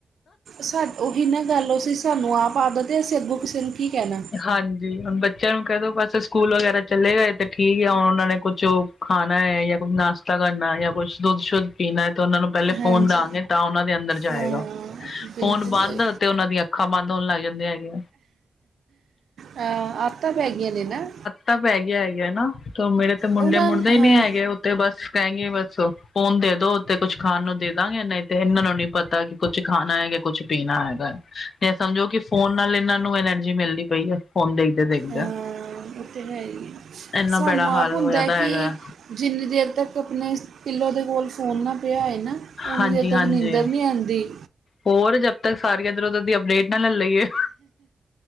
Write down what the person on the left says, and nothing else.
ਹਾਂਜੀ ਹੁਨ ਬੱਚਿਆਂ ਨੂੰ ਕੈ ਦੋ ਬਸ ਸਕੂਲ ਵਗੈਰਾ ਚਲੇ ਗਏ ਤੇ ਠੀਕ ਆ ਹੁਨ ਉਨਾਂ ਨੇ ਕੁਛ ਖਾਨਾ ਐ ਯਾ ਕੁ ਨਾਸ਼ਤਾ ਕਰਨਾ ਯਾ ਕੁਛ ਦੁੱਧ ਸ਼ੁੱਧ ਪੀਨਾ ਐ ਤੇ ਉਨਾਂ ਨੂੰ ਪੈਲੇ
ਫੋਨ ਦਾਂਗੇ ਤਾਂ ਉਹਨਾਂ ਦੇ ਅੰਦਰ ਜਾਏਗਾ।
ਫੋਨ
ਬੰਦ
ਤੇ ਉਹਨਾਂ ਦੀਆਂ ਅੱਖਾਂ ਬੰਦ ਹੋਣ ਲੱਗ ਜਾਂਦੇ ਹੈਗੇ।
ਤਾਂ ਪੈ ਗਿਆ ਹੈਗੀਆਂ ਨਾ ਤੇ ਮੇਰੇ ਤੇ ਮੁੰਡੇ
ਮੁੜਦੇ ਹੀ
ਨੀ ਹੈਗੇ ਓ। ਤੇ ਬਸ ਕੈਂਨ ਗੇ ਬਸ ਫੋਨ ਦੇ ਦੋ ਤੇ ਕੁੱਛ ਖਾਣ ਨੂੰ ਦੇ ਦਾਂਗੇ ਨਈ ਤੇ ਇਹਨਾਂ ਨੂੰ ਨੀ ਪਤਾ ਕਿ ਕੁਛ ਖਾਣਾ ਹੈਗਾ ਕੁਛ ਪੀਣਾ ਹੈਗਾ ਜਾਂ ਸਮਝੋ ਕਿ ਫ਼ੋਨ ਨਾਲ ਇਹਨਾਂ ਨੂੰ ਐਨਰਜੀ ਮਿਲਦੀ ਪਈ ਐ। ਹੁਣ ਦੇਖਦੇ-ਦੇਖਦੇ
ਇਨਾ
ਪੇੜਾ ਹਾਲ
ਹੋਆ
ਦਾ
ਹੈਗਾ।
ਹਾਂਜੀ-ਹਾਂਜੀ
ਹੋਰ ਜਦ ਤੱਕ ਸਾਰੀ ਇੱਧਰ ਉਧਰ ਦੀ ਅਪਡੇਟ ਨਾ ਲੈ ਲਈਏ।